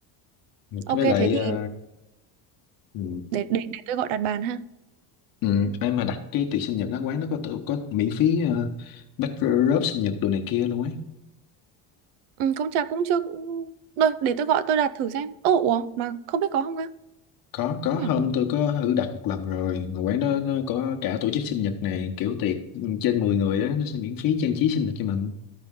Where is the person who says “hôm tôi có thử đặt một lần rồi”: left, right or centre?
Left